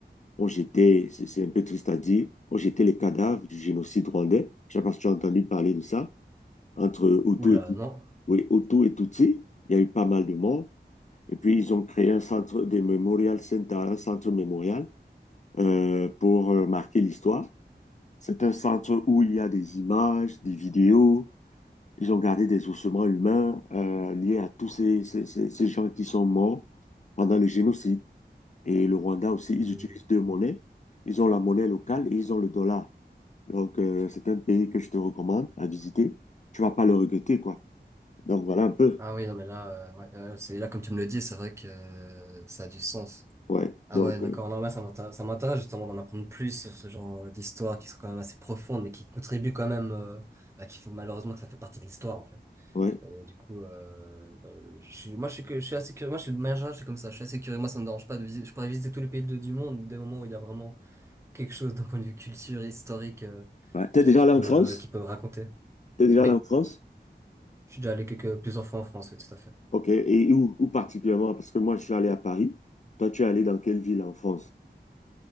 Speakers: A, on the left (about 45°); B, on the right (about 15°).
A: on jetait, c'est c'est un peu triste à dire, on jetait les cadavres du génocide rwandais. Je ne sais pas si tu as entendu parler de ça, entre Hutu
B: Oula,
A: et, Tutsi.
B: non.
A: oui, Hutu et Tutsi. Il y a eu pas mal de morts. Et puis, ils ont créé un centre de Memorial Center, un centre mémorial euh, pour euh, marquer l'histoire. C'est un centre où il y a des images, des vidéos. Ils ont gardé des ossements humains euh, liés à tous ces, ces, ces gens qui sont morts pendant le génocide. Et le Rwanda aussi, ils
B: Hmm.
A: utilisent deux monnaies. Ils ont la monnaie locale et ils ont le dollar. Donc, euh, c'est un pays que je te recommande à visiter. Tu vas pas le regretter, quoi. Donc, voilà un peu.
B: Ah oui, non, mais là, euh, ouais, euh, c'est là comme tu me le dis, c'est vrai que euh, ça a du sens.
A: Ouais.
B: Ah
A: Donc,
B: ouais, d'accord.
A: euh,
B: Non, ouais, ça m'intéresse, ça m'intéresse justement d'en apprendre plus sur ce genre euh, d'histoires qui sont quand même assez profondes, mais qui contribuent quand même, euh, bah, qu'il faut malheureusement que ça fait partie de l'histoire en fait.
A: ouais.
B: Et du coup, euh, bah, je suis, moi, je suis, que- je suis assez curieux. Moi, je suis de manière générale, je suis comme ça. Je suis assez curieux. Moi, ça me dérange pas de visiter. Je pourrais visiter tous les pays de- du monde dès le moment où il y a vraiment quelque chose d'un point de vue culture, historique, euh,
A: Ouais. T'es
B: qui,
A: déjà
B: qui
A: allé
B: peut,
A: en France?
B: qui peut raconter.
A: T'es déjà
B: Oui.
A: allé en France?
B: Je suis déjà allé quelques, plusieurs fois en France, oui, tout à fait.
A: OK. Et où, où particulièrement? Parce que moi, je suis allé à Paris. Toi, tu es allé dans quelle ville en France?